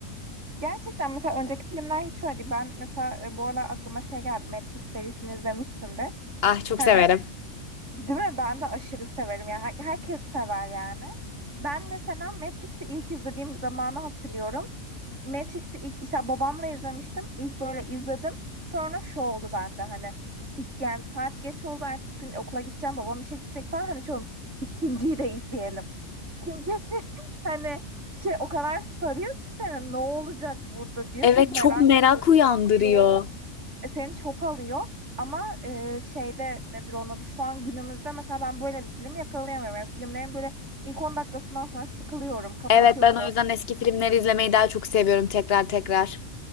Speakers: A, on the right; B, on the left.
A: Gerçekten mesela önceki filmler hiç öyle değil. Ben mesela e, bu aralar aklıma şey geldi. Matrix serisini izlemişsindir.
B: Ah çok
A: Hani
B: severim.
A: değil mi? Ben de aşırı severim. Yani her- herkes sever yani. Ben mesela Matrix'i ilk izlediğim zamanı hatırlıyorum. Matrix'i ilk işte babamla izlemiştim. İlk böyle izledim. Sonra şu oldu bende hani ilk yani saat geç oldu. Ertesi gün okula gideceğim. Babam işe gidecek falan. Hani şu oldu, ikinciyi de izleyelim. Çünkü <laughs> hani şey o kadar sarıyor ki seni ne olacak burada diye
B: Evet
A: çok merak
B: çok merak
A: ediyorsun.
B: uyandırıyor.
A: Alıyor. E, seni çok alıyor. Ama e, şeyde nedir onun adı şu an günümüzde mesela ben böyle bir film yakalayamıyorum. Yani filmlerin böyle ilk 10 dakikasından sonra sıkılıyorum, kapatıyorum.
B: Evet ben o yüzden eski filmleri izlemeyi daha çok seviyorum tekrar tekrar.